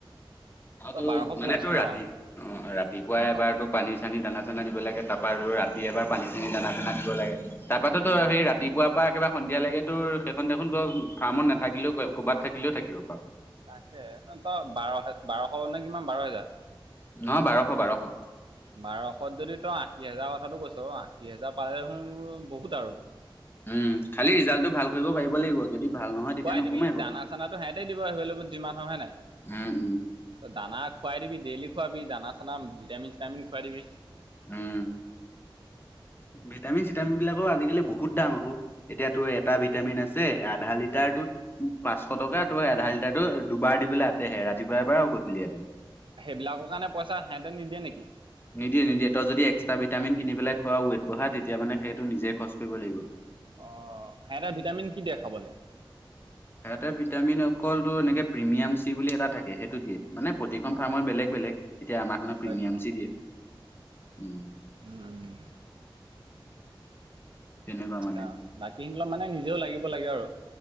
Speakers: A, on the left (about 25°); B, on the right (about 65°).
A: অ
B: তই
A: তোৰ
B: বাৰশ
A: মানে
B: পৰিছ
A: তোৰ
B: ন
A: ৰাতি অ' ৰাতিপুৱাই
B: উম
A: এবাৰ তো। পানী চানী দানা চানা দিব লাগে। তাৰপৰা ৰাতি এবাৰ পানী চানী দানা চানা দিব লাগে তাৰপাতো তই সেই ৰাতি। ৰাতিপুৱাৰ পৰা একেবাৰে সন্ধিয়া লৈকে তোৰ সেইখন দেখোন ক ফাৰ্মত নাথাকিলেও ক'বাত থাকিলেও থাকিব পাৰ।
B: তাকে ন তই বাৰ বাৰশ নে কিমান বাৰ হেজাৰ।
A: নহয় বাৰশ বাৰশ।
B: বাৰশত যদি তই আশী হাজাৰ কথাটো কৈছ আশী হাজাৰ পালে দেখোন বহুত আৰু।
A: উম খালি ৰিজাল্টটো ভাল কৰিব পাৰিব লাগিব। যদি ভাল নহয়। তেতিয়া
B: খোৱাই
A: নোসোমাই
B: দিবি
A: বাৰু
B: দানা চানাতো সিহঁতেই দিব এভেইলবল যিমান হয় হয়নে নাই।
A: উম উম
B: ত দানা খুৱাই দিবি ডেইলি খুৱাবি দানা চানা ভিটামিন চিটামিন খুৱাই দিবি।
A: উম ভিটামিন চিটামিন বিলাকৰো আজিকালি বহুত দাম আকৌ। এতিয়া তোৰ এটা ভিটামিন আছে আধা লিটাৰটোত। পাঁচশ টকা টো আধা লিটাৰটো দুবাৰ দিবলৈ আতেহে ৰাতিপুৱা এবাৰ আৰু গধূলি এবাৰ।
B: সেইবিলাকৰ কাৰণে পইচা সিহঁতে নিদিয়ে নেকি?
A: নিদিয়ে নিদিয়ে তই যদি এক্সট্ৰা ভিটামিন কিনি পেলাই খোৱাঅ' ৱেট বঢ়া তেতিয়া মানে সেইটো নিজে খৰচ কৰিব লাগিব।
B: অ সিহঁতে ভিটামিন কি দিয়ে খাবলৈ।
A: সিহঁতে ভিটামিন অকল তোৰ এনেকে প্ৰিমিয়াম চি বুলি এটা থাকে সেইটো দিয়ে। মানে প্ৰতিখন
B: অ
A: ফাৰ্মৰ বেলেগ বেলেগ এতিয়া আমাৰখনত
B: গম
A: প্ৰিমিয়াম
B: পাইছোঁ
A: চি দিয়ে। উম
B: উম উম।
A: তেনেকুৱা মানে
B: অ বাকী অলপ মানে নিজেও লাগিব লাগে আৰু।